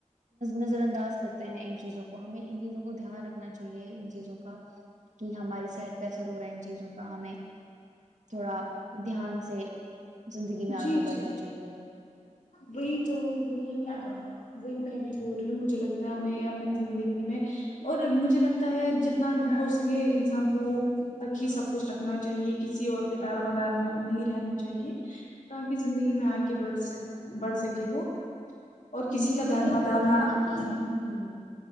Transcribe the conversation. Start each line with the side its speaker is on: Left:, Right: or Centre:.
Right: نظر انداز کرتے ہیں ان چیزوں کو ہمیں ان چیزوں کو دھیان رکھ کرنا چاہیے ان چیزوں کا کہ ہماری صحت پہ اثر ہو رہا ہے ان چیزوں کا ہمیں تھوڑا دھیان سے زندگی میں
Left: جی
Right: آگے بڑھنا
Left: جی
Right: چاہیے
Left: وہی تو وہی وہی میں بھی بول رہی ہوں مجھے لگتا ہے ہمیں اپنی زندگی میں اور مجھے لگتا ہے جتنا ہو سکے انسان کو خود تک ہی سب کچھ رکھنا چاہیے کسی اور پ دار مدار نہ نہیں رہنا چاہیے تاکہ زندگی میں آگے بڑھ سک بڑھ سکے وہ اور کسی
Right: جی
Left: کا
Right: وہی
Left: دار
Right: میں
Left: مدار
Right: بول رہی
Left: نہ
Right: ہوں نا کہ
Left: نہیں
Right: ہ